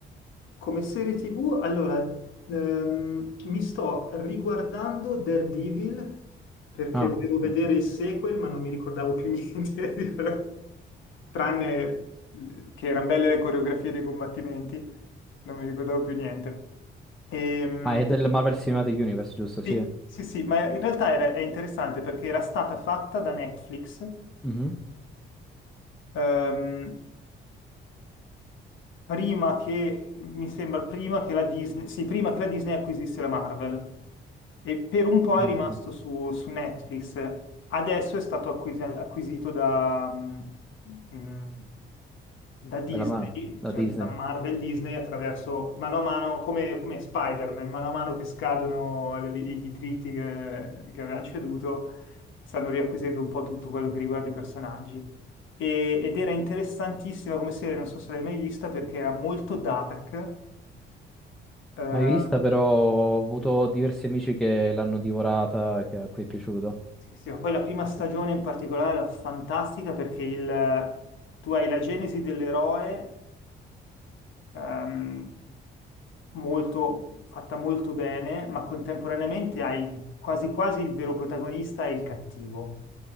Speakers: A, on the left; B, in the centre.
A: Come serie TV, allora, ehm, mi sto riguardando Daredevil perché
B: Ah,
A: volevo vedere
B: ok.
A: il sequel, ma non mi ricordavo più niente. <laughs> tranne che erano belle le coreografie dei combattimenti, non mi ricordavo più niente. Ehm,
B: Ah, è del Marvel Cinematic Universe, giusto?
A: sì,
B: Sì.
A: sì, sì, ma in realtà era- è interessante perché era stata fatta da Netflix
B: Mhm.
A: ehm, prima che, mi sembra, prima che la Disney, sì, prima che la Disney acquisisse la Marvel. E per un po'
B: Ah,
A: è rimasto
B: ok.
A: su, su Netflix, adesso è stato acquis- acquisito da, mm, mm, da Disney,
B: Della Marvel, da
A: cioè
B: Disney.
A: da Marvel Disney attraverso mano a mano, come, come Spider-Man, mano a mano che scadono le- i i diritti che, che avevano ceduto, stanno riacquisendo un po' tutto quello che riguarda i personaggi. E- ed era interessantissima come serie, non so se l'hai mai vista, perché era molto dark. eh,
B: Mai vista, però ho avuto diversi amici che l'hanno divorata, che a cui è piaciuto.
A: Sì, sì, ma poi la prima stagione
B: Sì.
A: in particolare era fantastica perché il- tu hai la genesi dell'eroe ehm, molto, fatta molto bene, ma contemporaneamente hai quasi quasi il vero protagonista e il cattivo.